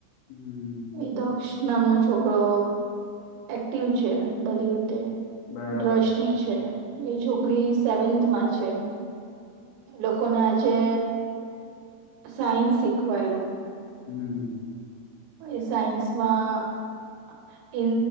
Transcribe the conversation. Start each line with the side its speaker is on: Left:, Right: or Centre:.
Left: હમ
Right: એ દક્ષ નામનો છોકરો એક્ટિવ છે બધી રીતે.
Left: બરાબર
Right: દ્રષ્ટિ છે. એ છોકરી સેવન્થમાં છે એ લોકોને જે. સાયન્સ શીખવાડ્યું.
Left: હમ્મ.
Right: એ સાયન્સમાં